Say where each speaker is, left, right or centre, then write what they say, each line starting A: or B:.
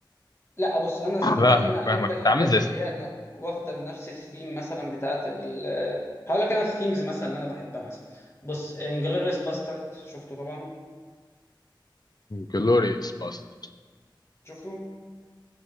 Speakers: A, on the left; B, on the left.
A: لا بص انا زي
B: فاهمك
A: ما قلت لك انا احب
B: فاهمك
A: الحاجات
B: انت عامل زي
A: اللي هي أنا واخده من نفس الثيم مثلا بتاعه ال هقول لك انا الثيمز مثلا اللي انا بحبها مثلا بص انجلوريس باسترد شفته طبعا
B: جلوريوس باستر
A: شفته